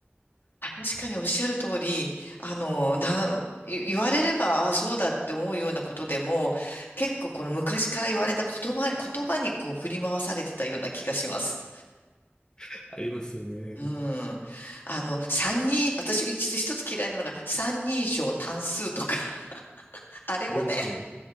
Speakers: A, on the left; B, on the left.
A: あ確かにおっしゃる通り、あの、な、い言われれば、あそうだって思うようなことでも、結構この昔から言われた言葉、言葉にこう振り回されてたような気がします。
B: <laughs> ありますよね。
A: うん。あの、三人、私一一つ嫌いなのが三人称単数とか、<laughs> あれもね、
B: ありますね。